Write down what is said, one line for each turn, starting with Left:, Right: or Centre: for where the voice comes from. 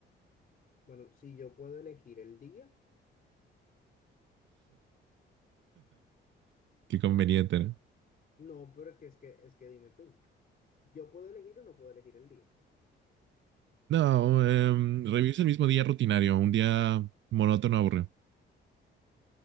Left: Bueno, si yo puedo elegir el día,
Right: Qué conveniente, ¿no?
Left: no, pero que es que es que dime tú. ¿Yo puedo elegir o no puedo elegir el día?
Right: No, em, revives el mismo día rutinario, un día monótono, aburrido.